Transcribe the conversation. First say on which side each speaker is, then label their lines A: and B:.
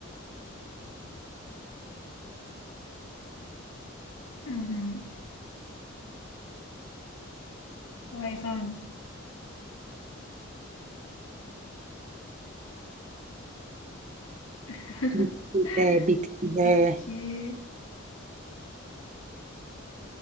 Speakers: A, on the left; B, on the right.
A: Hı hı. Hayvan. <laughs>
B: Bitki de, bitki de.
A: Bitki.